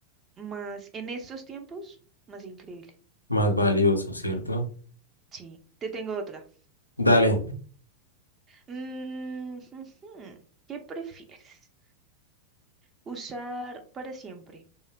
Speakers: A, on the right; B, on the left.
A: más en estos tiempos, más increíble.
B: Más valioso, ¿cierto?
A: Sí, te tengo otra.
B: Dale.
A: Mm, ujú. ¿Qué prefieres? ¿Usar para siempre